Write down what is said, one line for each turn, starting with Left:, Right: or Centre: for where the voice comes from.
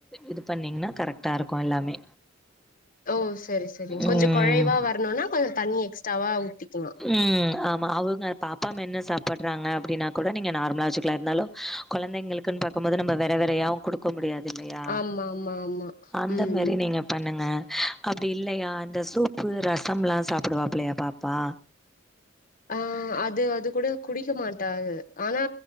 Centre: இது பண்ணீங்னா கரெக்டா இருக்கு எல்லாமே
Left: ஓ சரி சரிங் கொஞ்சோ
Centre: ம்.
Left: கொலைவா வரனுனா கொஞ்சோ தண்ணி எக்ஸ்ட்ராவா ஊத்திக்கனு
Centre: ம் ஆமா அவங்க பாப்பா மென்னு சாப்பிட்றாங்க அப்டின்னா கூட நீங்க நார்மலா வச்சுக்கலா இருந்தாலு கொழந்தைங்களுக்குன் பாக்கம்போது நம்ம வெற வெறயாவு குடு க்க முடியாது இல்லையா
Left: ஆமா ஆமா ஆமா
Centre: அந்த
Left: ம்
Centre: மாி நீங்க பண்ணுங்க அப்டி இல்லையா இந்த சூப்பு ரசம்லா சாப்டுவாப்லையா பாப்பா
Left: ஆ அது அது கூட குடிக்க மாட்டாக ஆனா